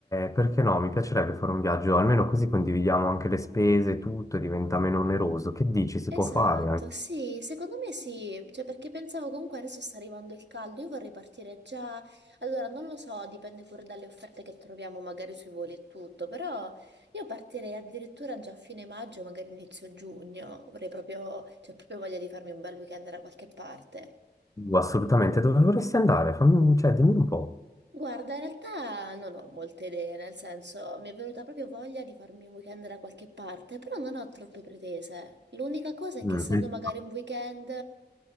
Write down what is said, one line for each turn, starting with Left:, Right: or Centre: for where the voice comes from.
Left: perché no? Mi piacerebbe fare un viaggio, almeno così condividiamo anche le spese, tutto, e diventa meno oneroso. Che dici, si
Right: Esatto,
Left: può fare? anche?
Right: sì, secondo me sì, cioè perché pensavo comunque adesso sta arrivando il caldo, io vorrei partire già, allora non lo so, dipende pure dalle offerte che troviamo magari sui voli e tutto, però io partirei addirittura già a fine maggio, magari inizio giugno, vorrei proprio, cioè proprio voglia di farmi un bel weekend da qualche parte.
Left: Uh, Assolutamente, dove vorresti andare? Fammi, cioè, dimmi un po'.
Right: Guarda, in realtà non ho molte idee, nel senso mi è venuta proprio voglia di farmi un weekend da qualche parte, però non ho troppe pretese. L'unica cosa è
Left: Mm,
Right: che essendo magari un weekend,